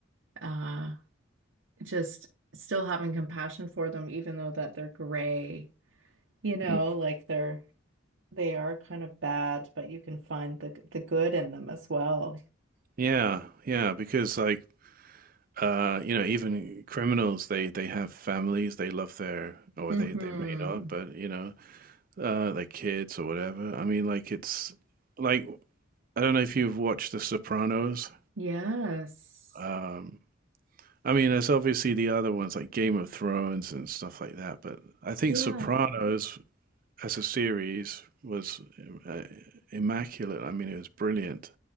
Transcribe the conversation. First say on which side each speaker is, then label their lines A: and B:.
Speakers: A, on the right; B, on the right.
A: uh just still having compassion for them, even though that they're gray, you know,
B: mm,
A: like they're they are kind of bad, but you can find the the good in them as well.
B: yeah, yeah, because like uh, you know, even criminals, they they have families, they love their, or
A: Mm-hmm.
B: they they may not, but you know, uh, like kids or whatever. I mean, like it's like I don't know if you've watched The Sopranos.
A: Yes.
B: Um, I mean, there's obviously the other ones like Game of Thrones and stuff like that, but I think
A: Yeah,
B: Sopranos as a series was uh, immaculate. I mean, it was brilliant.